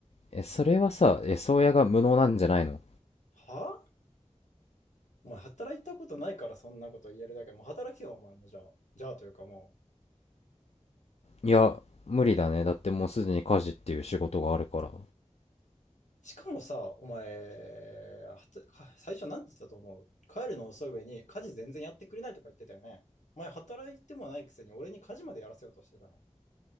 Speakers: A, on the left; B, on the left.
A: えそれはさえ宗谷が無能なんじゃないの
B: はあお前働いたことないからそんなこと言えるだけ。もう働けよ、お前もじゃあ。じゃあというかもう。
A: いや無理だねだってもうすでに家事っていう仕事があるからい
B: しかもさ、お前、はたか最初なんて言ってたと思う帰るの遅い上に家事全然やってくれないとか言ってたよね。お前働いてもないくせに俺に家事までやらせようとしてたの。